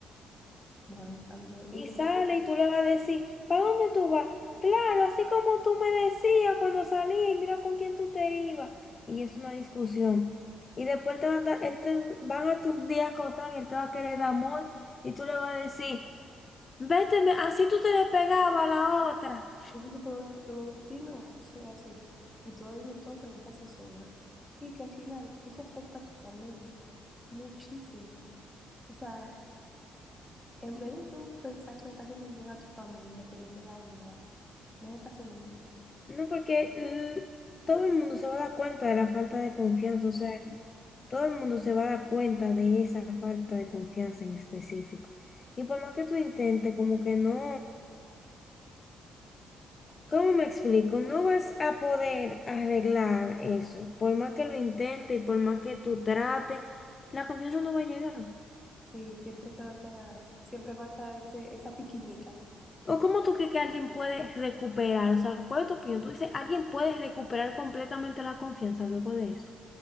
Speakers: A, in the centre; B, on the left.
A: Bueno, también.
B: Y
A: Entonces,
B: sale y tú le vas a decir, ¿para dónde tú vas? Claro, así como tú me decías cuando salía y mira con quién tú te ibas. Y es una discusión. Y después te va a dar- él te, van a tus días contar y él te va a querer dar amor y tú le vas a decir, vete, me- así tú te le pegabas a la otra.
A: Y dice, tú, tú- sí, no, sí, así. Y tú vas a vivir entonces en esa zozobra. Y que al final eso afecta a tu familia muchísimo. O sea, en vez de tú pensar que le estás haciendo un bien a tu familia, teniéndola unida, no le estás haciendo un bien.
B: No, porque l- todo el mundo se va a dar cuenta de la falta de confianza, o sea, todo el mundo se va a dar cuenta de esa falta de confianza en específico. Y por más que tú intentes, como que no. ¿Cómo me explico? No vas a poder arreglar eso. Por más que lo intentes y por más que tú trates, la confianza no va a llegar.
A: sí siempre se va a quedar ahí. Siempre va a estar ese, esa piquiñita.
B: ¿O cómo tú crees que alguien puede recuperar? O sea, ¿cuál es tu opinión? Tú dices, ¿alguien puede recuperar completamente la confianza luego de eso?